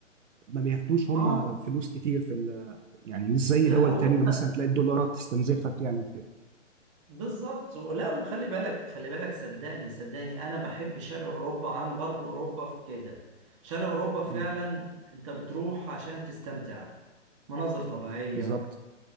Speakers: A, on the right; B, on the right.
A: ما بياخدوش هم
B: ما هو
A: فلوس كتير في ال- يعني مش زي
B: لا
A: دول
B: وانت
A: تانية مثلا تلاقي الدولارات تستنزفك يعني وكده
B: بالظبط ولا وخلي بالك خلي بالك صدقني صدقني انا بحب شرق اوروبا عن غرب اوروبا في كده شرق اوروبا فعلا
A: مم،
B: انت بتروح عشان تستمتع مناظر طبيعية
A: بالظبط